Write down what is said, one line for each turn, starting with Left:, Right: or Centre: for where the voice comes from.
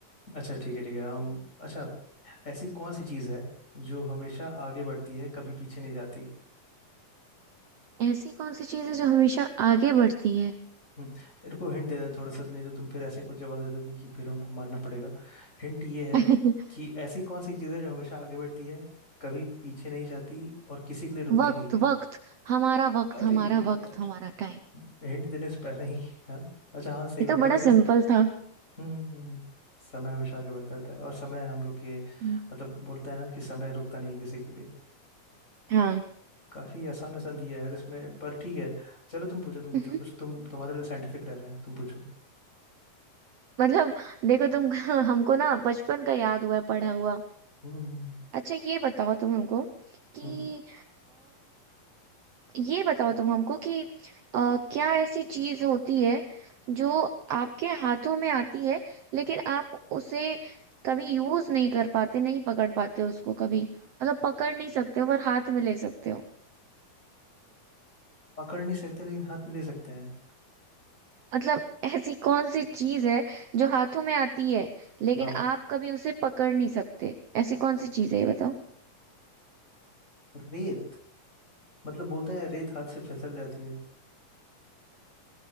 Left: अच्छा ठीक है ठीक है हम अच्छा ऐसी कौन सी चीज़ है जो हमेशा आगे बढ़ती है कभी पीछे नहीं जाती
Right: ऐसी कौन सी चीज है जो हमेशा आगे बढ़ती है
Left: हम्म रुको हिंट दे दें थोड़ा सा नहीं तो तुम फिर ऐसे कुछ जवाब दे दोगी कि फिर हमको मानना पड़ेगा हिंट ये है
Right: <laughs>
Left: कि ऐसी कौन सी चीज़ है जो हमेशा आगे बढ़ती है कभी पीछे नहीं जाती और किसी के लिए रुकती
Right: वक्त
Left: नहीं है
Right: वक्त हमारा वक्त
Left: अरे
Right: हमारा वक्त
Left: यार
Right: हमारा टाइम
Left: हिंट देने से पहले ही हाँ अच्छा हाँ सही
Right: ये
Left: बात
Right: तो
Left: है
Right: बड़ा
Left: वैसे हम्म
Right: सिंपल था
Left: हम्म, हम्म, हम्म, समय हमेशा आगे बढ़ता रहता है और समय हम लोग के
Right: हम्म,
Left: मतलब बोलते हैं ना कि समय रुकता नहीं है किसी के लिए
Right: हाँ
Left: काफी आसान आसान दिया है यार इसमें पर ठीक है चलो तुम पूछो तुम पूछो
Right: <laughs>
Left: कुछ तुम तुम्हारे लिए साइंटिफिक रह रहे हैं तुम पूछो
Right: मतलब देखो तुम <laughs> हमको ना बचपन का याद हुआ है पढ़ा हुआ
Left: हम्म हम्म
Right: अच्छा ये बताओ तुम हमको कि
Left: हम्म।
Right: ये बताओ तुम हमको कि अ, क्या ऐसी चीज होती है जो आपके हाथों में आती है लेकिन आप उसे कभी यूज नहीं कर पाते नहीं पकड़ पाते उसको कभी मतलब पकड़ नहीं सकते हो पर हाथ में ले सकते हो
Left: पकड़ नहीं सकते लेकिन हाथ में ले सकते हैं
Right: मतलब ऐसी कौन सी चीज है जो हाथों में आती है लेकिन
Left: हाँ
Right: आप कभी उसे पकड़ नहीं सकते ऐसी कौन सी चीज है ये बताओ
Left: रेत मतलब बोलते हैं रेत हाथ से फिसल जाती है